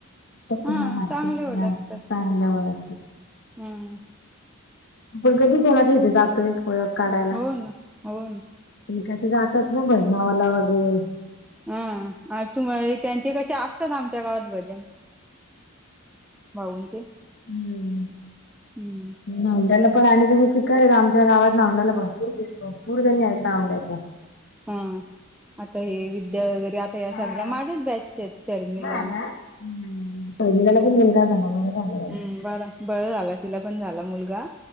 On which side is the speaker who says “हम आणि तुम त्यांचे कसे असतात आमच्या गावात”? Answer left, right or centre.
Centre